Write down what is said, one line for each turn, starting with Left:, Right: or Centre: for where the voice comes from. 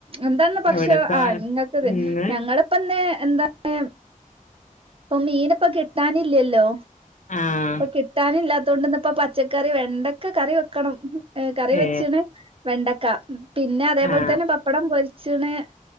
Right: എന്താണ് പക്ഷെ
Left: ഇവിടെപ്പ
Right: ആഹ് ഇങ്ങൾക്കത്
Left: ഇന്ന്
Right: ഞങ്ങള് ഇപ്പൊ ഇന്ന് എന്താണ് ഇപ്പൊ മീന് ഇപ്പൊ കിട്ടാനില്ലല്ലോ
Left: ആഹ്
Right: ഇപ്പൊ കിട്ടാനും ഇല്ലാത്ത കൊണ്ട് ഇന്ന് ഇപ്പൊ പച്ചക്കറി വെണ്ടക്ക കറി വെക്കണം ഏഹ് കറി വെച്ച്ണ്
Left: ഏ
Right: വെണ്ടക്ക പിന്നെ അതേപോലെ
Left: ആ
Right: തന്നെ പപ്പടം പൊരിച്ച്ണ്